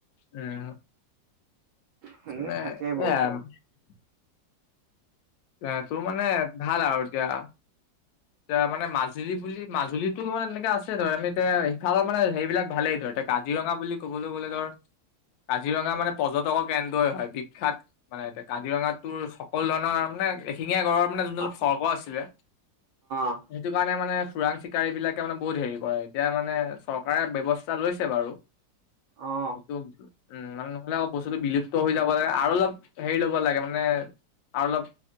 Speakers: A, on the left; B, on the right.
A: উম
B: সেনেকে
A: চপ এ
B: থাকে
A: <unintelligible>
B: বহুতো
A: এ তোৰ মানে ভাল আৰু এতিয়া এতিয়া মানে মাজুলী বুলি মাজুলীতো মানে এনেকে আছে ধৰ আমি এতিয়া সিফালে মানে সেইবিলাক ভালেই ধৰ এতিয়া কাজিৰঙা বুলি ক'বলৈ গ'লে ধৰ কাজিৰঙা মানে পৰ্যটকৰ কেন্দ্ৰই হয় বিখ্যাত মানে এতে কাজিৰঙা তোৰ সকলো ধৰণৰ মানে এশিঙীয়া গড়ৰ মানে যোনদাল
B: অ
A: খৰ্গ আছিলে
B: অ
A: সেইটো কাৰণে মানে চোৰাং চিকাৰী বিলাকে মানে বহুত হেৰি কৰে এতিয়া মানে চৰকাৰে ব্যৱস্থা লৈছে বাৰু
B: অ
A: এইটো উম মানে নহ'লে আকৌ বস্তুতটো বিলুপ্ত হৈ যাব লাগে আৰু অলপ হেৰি ল'ব লাগে মানে আৰু অলপ